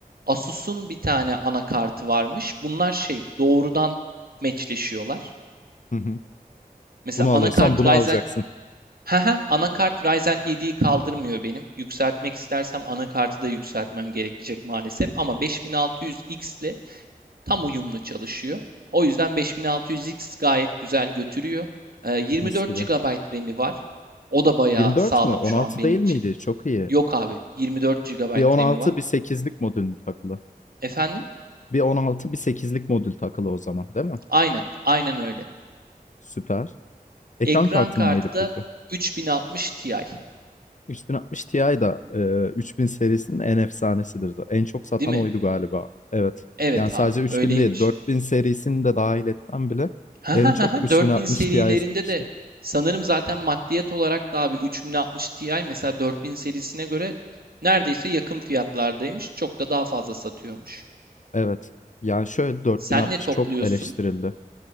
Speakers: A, on the right; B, on the left.
A: Asus'un bir tane anakartı varmış. Bunlar şey, doğrudan meçleşiyorlar.
B: Hı hı.
A: Mesela
B: Bunu alıyorsan
A: anakart
B: bunu
A: Ryzen
B: alacaksın.
A: Haha, anakart Ryzen 7'yi kaldırmıyor benim. Yükseltmek istersem anakartı da yükseltmem gerekecek maalesef. Ama 5600X ile tam uyumlu çalışıyor. O yüzden 5600X gayet güzel götürüyor. Ee, 24
B: Mis gibi.
A: GB RAM'i var. O da bayağı
B: 24
A: sağlam
B: mü? 16
A: şu an benim
B: değil
A: için.
B: miydi? Çok iyi.
A: Yok abi. 24 gigabayt
B: Bir 16
A: RAM'i var.
B: bir sekizlik modül mü takılı?
A: Efendim?
B: Bir 16 bir sekizlik modül takılı o zaman değil mi?
A: Aynen. Aynen öyle.
B: Süper. Ekran
A: Ekran
B: kartın
A: kartı
B: neydi
A: da
B: peki?
A: 3060 Ti.
B: 3060 Ti da eee, 3000 serisinin en efsanesidir. za- En çok satan
A: Değil mi?
B: oydu galiba. Evet.
A: Evet
B: Yani sadece
A: abi.
B: 3000
A: Öyleymiş.
B: değil 4000 serisini de dahil etsem bile
A: Ha
B: en
A: ha
B: çok
A: ha ha.
B: 3060
A: 4000 serilerinde
B: Ti'yi satmıştı.
A: de sanırım zaten maddiyet olarak da abi 3060 Ti mesela 4000 serisine göre neredeyse yakın fiyatlardaymış. Çok da daha fazla satıyormuş.
B: Evet. Yani şöyle 4060
A: Sen ne topluyorsun?
B: çok eleştirildi.